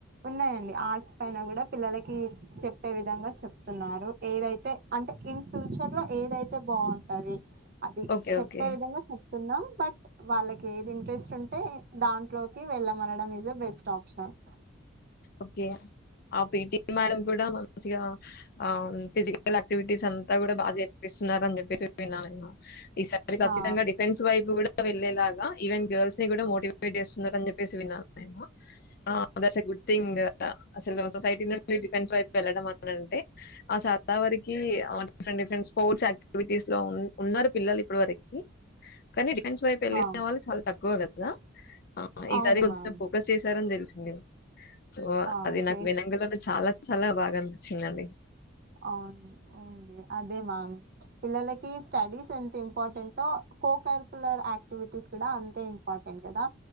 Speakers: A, on the right; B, on the left.
A: ఉన్నాయి అండి. ఆర్ట్స్ పైన కూడా పిల్లలకి చెప్పే విధంగా చెప్తున్నారు. ఏదైతే అంటే, ఇన్ ఫ్యూచర్‌లో ఏదైతే బాగుంటది. అది
B: ఓకే
A: చెప్పే
B: ఓకే
A: విధంగ చెప్ న్నాం బట్ వాళ్ళకి ఏది ఇంట్రెస్ట్ ఉంటే దాంట్లోకి వెళ్ళమనడం is a best option
B: okay PT madam కూడ మంచిగా ఆ ఫిజికల్ యాక్టివిటీస్ అంతా కూడ బాగా చేపిస్తున్నారు అని చెప్పేసి విన్నా నేను ఈసారి ఖచ్చితంగా
A: ఆ
B: డిఫెన్స్ వైపు కూడా వెళ్లేేలాగ ఈవెన్ గర్ల్స్ <unintelligible> డివైడ్ చేస్తున్నారు అని చెప్పేసి విన్నా నేను <unintelligible> అసలు సొసైటీ నుడి డిఫెన్స్ వైపు వెళ్ళడం అని అంటే చాలా వరకి డిఫరెంట్ డిఫరెంట్ స్పోర్ట్స్ యాక్టివిటీస్ లో ఉ ఉన్నారు పిల్లలు ఇప్పుడు వరకి కానీ డిఫెన్స్ వైపు వెళ్ళిన
A: ఆ
B: వాళ్లు చాల తక్కువ కదా కదా ఈ
A: అవును
B: సారి కొంచెం
A: మ్యామ్
B: ఫోకస్ చేశారని తెలు సి <unintelligible> సో
A: ఆ
B: అది నాకు
A: చే
B: వినంగనే చాలా చాలా బాగ అనిపించింది అండి
A: అవును ఉంది అదే మ్యామ్ పిల్లలకి స్టడీస్ ఎంత ఇంపార్టెంటో కోకరికులర్ యాక్టివిటీస్ కూడా అంతే ఇంపార్టెంట్ కదా